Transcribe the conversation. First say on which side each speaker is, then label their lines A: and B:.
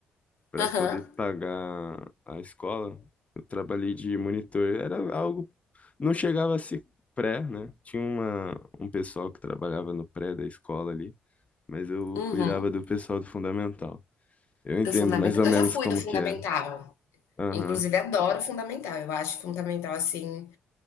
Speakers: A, on the left; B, on the left.
A: Para
B: Aham,
A: poder pagar a escola. Eu trabalhei de monitor. Era algo. Não chegava a ser pré, né? Tinha uma... um pessoal que trabalhava no pré da escola ali. mas eu
B: uhum,
A: cuidava do pessoal do fundamental. Eu entendo
B: do fundamental
A: mais ou
B: eu
A: menos
B: já fui
A: como
B: do fundamental,
A: que é. Aham,
B: inclusive adoro o fundamental, eu acho fundamental, assim